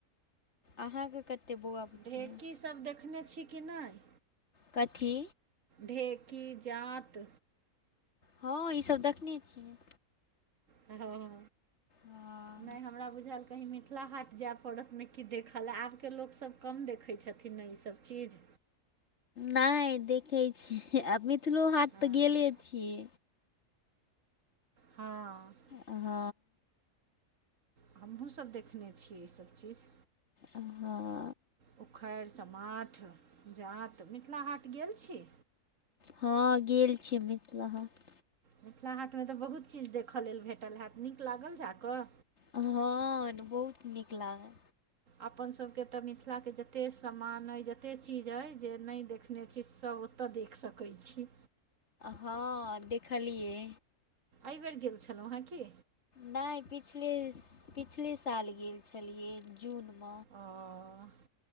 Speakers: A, on the left; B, on the right.
A: अहाँके कतेक बौआ। बुच्ची
B: ढेकी
A: अइ?
B: सब देखने छी कि नहि।
A: कथी।
B: ढेकीजात।
A: हँ ईसभ देखने छियै।
B: हँ।
A: आ।
B: नहि हमरा बुझायल कहीँ मिथिला हाट जाय पड़त ने क देखऽल आबके लोकस कम देखै छथिन ने ईस सब चीज
A: नहि देखैत छियै आ मिथिलो हाट
B: हँ
A: तऽ गेले छियै।
B: हँ।
A: हँ।
B: हमहुँसभ देखने छियै ईसभ चीज।
A: आ हँ।
B: उखड़ि समाट जात मिथिला हाट गेल छी।
A: हँ गेल छी मिथिला हाट।
B: मिथिला हाटमे तऽ बहुत चीज देखय लेल भेटल हैत नीक लागल जा कऽ।
A: हँ बहुत नीक लागल।
B: अपन सभके तऽ मिथिलाके जतेक समान अइ जतेक चीज अइ जे नहि देख ओ चीज सब ओतऽ देख सकैत छी।
A: हँ देखलियै।
B: अइबेर गेल छलहुँ हेँ की।
A: नहि पिछले पिछले साल गेल छलियै जून म।
B: ओ।